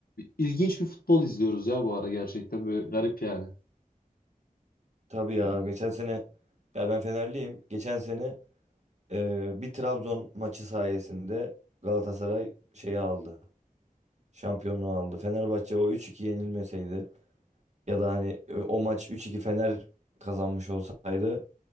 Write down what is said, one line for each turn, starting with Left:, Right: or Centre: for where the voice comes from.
Left: İlginç bir futbol izliyoruz ya bu ara gerçekten böyle garip yani.
Right: Tabii ya geçen sene ya ben Fenerliyim. Geçen sene Ee, bir Trabzon maçı sayesinde Galatasaray şeyi aldı. Şampiyonluğu aldı. Fenerbahçe o üç iki yenilmeseydi ya da hani e, o maç üç iki Fener kazanmış olsaydı